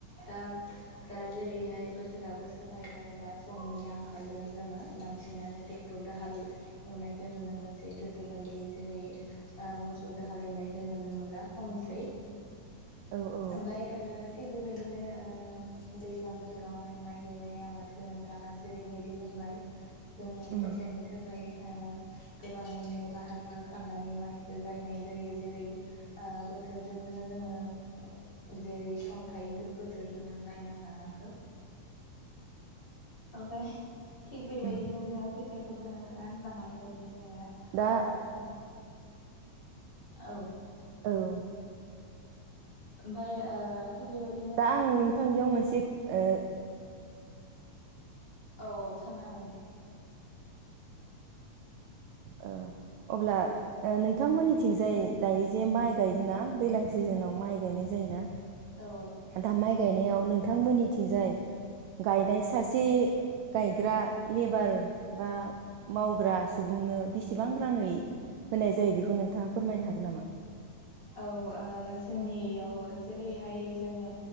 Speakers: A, on the left; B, on the right.
A: दा दा जेरैहाय बोथोराबो सोलायबाय बा समनि आंखालजों जोङो बांसिनानो टेक दाहाल एवनायखौ नुनो मोनसै गोदो बायदि जेरै मोसौ दाहाल एवनायखौ नुनो मोनला खमसै
B: औ औ
A: ओमफाय ओ थिग बेबायदिनो ओ दैज्लां बोथोरावहाय, माइ गायनाय आबादखौ नोंथाङा जेरैबायदि होनबाय जोङो
B: उम
A: फोथायनो थाखाय ओ गोबाङैनो लाहार फाहार खालामनानै माइखौ गायनाय जायो जेरै ओ बोथोरजोंनो जोङो। जेरै सम थायो बोथोरजोंनो गायना लानांगौ। ओमफाय थिग बेबायदिनो
B: उम
A: जोङो खोथियाखौबो नोंथाङा लांनाय बायदि जोङो
B: दा
A: ओ। औ
B: औ
A: ओमफाय ओ थिग बेबायदि
B: दा आं नोंथांनियाव मोनसे ओ
A: औ औ सोंनो हागोन दे।
B: औ अब्ला, नोंथांमोननिथिंजाय दायो जे माइ गायदोंना दैज्लां सिजोनाव माइ गायनाय जायोना
A: औ औ
B: दा माइ गायनायाव नोंथां मोननिथिंजाय, गायनाय सासे गायग्रा लेबार बा मावग्रा सुबुंनो बेसेबां राङै होनाय जायो बेखौ नोंथाङा फोरमायनो हागोन नामा।
A: औ ओ जोंनियाव जेरैहाय जोङो